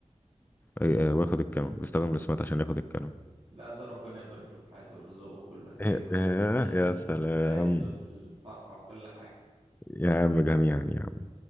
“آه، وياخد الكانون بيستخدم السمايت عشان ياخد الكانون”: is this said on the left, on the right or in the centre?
Left